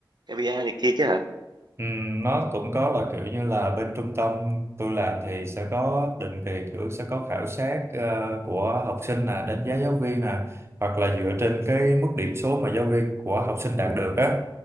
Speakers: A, on the right; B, on the right.
A: KPI này kia chứ hả
B: Ừ, nó cũng có là kiểu như là bên trung tâm tôi làm thì sẽ có định kỳ kiểu sẽ có khảo sát ờ, của học sinh nè đánh giá giáo viên nè hoặc là dựa trên cái mức điểm số mà giáo viên của học sinh đạt được á